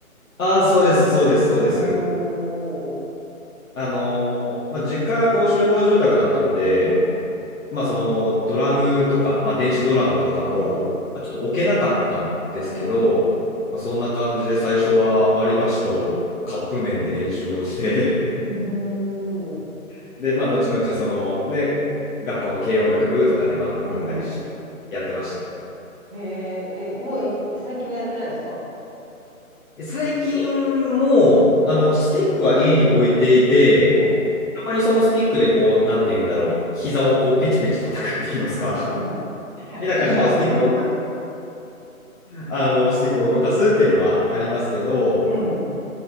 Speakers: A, on the left (about 65°); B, on the right (about 35°).
A: ああ、そうです、そうです、そうです。
B: おー。
A: あのーまあ、実家がこう集合住宅だったんで、
B: うん、
A: まあ、そのドラムとか、まあ、電子ドラムとかも、
B: うん、うん、
A: まあちょっと置けなかったんですけど、
B: うん。
A: まあ、そんな感じで最初は割り箸とカップ麺で練習をして
B: おお
A: <laughs> で、まあ、後々そのね、学校の軽音楽部とかでバンド組んだりしてやってました。
B: うん、うん。へえ、え、もうい最近はやってないんですか
A: 最近もう、
B: うん、
A: あの、スティックは家に置いていて、
B: うん、
A: たまにそのスティックでこう、なんて言うんだろう、膝をこう、ペチペチ叩くって言いますか。
B: うん。
A: <laughs>
B: あ、
A: みたいな感じで、
B: 膝を。
A: こう、スティックを、
B: <laughs>
A: あの、スティックを動かすっていうのはありますけど、
B: うん。